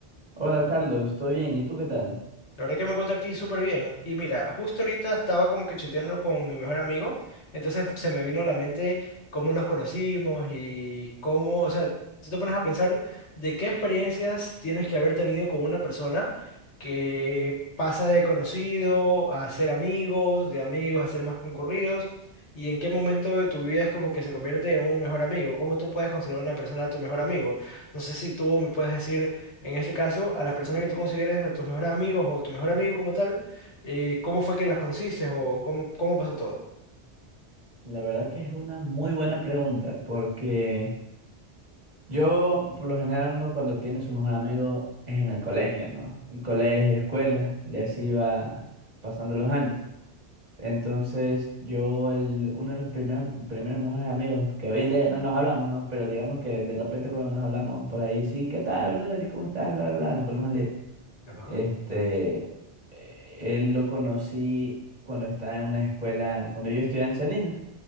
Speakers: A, on the right (about 40°); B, on the left (about 80°).
A: Hola Carlos, ¿estoy bien? ¿Y tú qué tal?
B: La verdad que me encuentro aquí súper bien. Y mira, justo ahorita estaba como que chateando con mi mejor amigo, entonces se me vino a la mente cómo nos conocimos y cómo, o sea, si te pones a pensar de qué experiencias tienes que haber tenido con una persona que pasa de conocido a ser amigos, de amigos a ser más concurridos, y en qué momento de tu vida es como que se convierte en un mejor amigo, cómo tú puedes considerar a una persona tu mejor amigo. No sé si tú me puedes decir en este caso, a las personas que tú consideres a tus mejores amigos o tu mejor amigo como tal, eh, ¿cómo fue que las conociste o cómo, cómo pasó todo?
A: La verdad que es una muy buena pregunta porque yo por lo general uno cuando tiene su mejor amigo es en el colegio, ¿no? En colegio, escuela, y así va pasando los años. Entonces yo, el, uno de los primeros, primeros mejores amigos, que hoy en día ya no nos hablamos, ¿no? Pero digamos que de repente cuando nos hablamos por ahí, sí, ¿qué tal, brother? ¿Y cómo estás? Bla, bla, bla, nos ponemos a leer.
B: Ajá,
A: Este, eh, él lo conocí cuando estaba en una escuela, cuando yo estudiaba en Salinas.